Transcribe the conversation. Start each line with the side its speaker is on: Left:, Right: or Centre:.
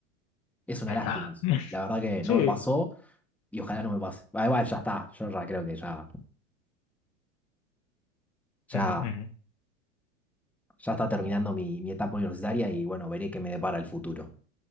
Centre: Es una
Left: Pero
Centre: lástima.
Left: nada.
Centre: eso.
Left: <laughs>
Centre: La verdad que
Left: Sí.
Centre: no me pasó y ojalá no me pase. Ah, igual ya está, yo ya creo que ya, ya,
Left: Ujú, ujú.
Centre: ya está terminando mi, mi etapa universitaria y bueno, veré qué me depara el futuro.